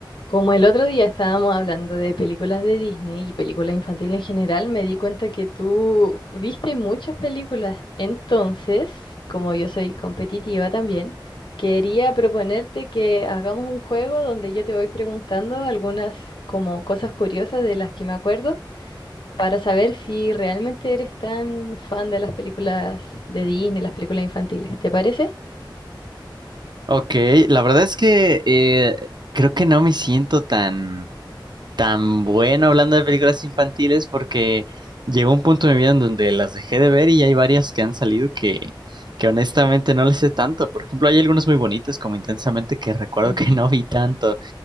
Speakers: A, on the left; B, on the right.
A: Como el otro día estábamos hablando de películas de Disney y películas infantiles en general, me di cuenta que tú viste muchas películas. Entonces, como yo soy competitiva también, quería proponerte que hagamos un juego donde yo te voy preguntando algunas como cosas curiosas de las que me acuerdo para saber si realmente eres tan fan de las películas de Disney, las películas infantiles. ¿Te parece?
B: Ok, la verdad es que eh, creo que no me siento tan, tan bueno hablando de películas infantiles porque llegó un punto de mi vida en donde las dejé de ver y hay varias que han salido que, que honestamente no les sé tanto. Por ejemplo, hay algunas muy bonitas como Intensamente que recuerdo
A: Ujú.
B: que <laughs> no vi tanto.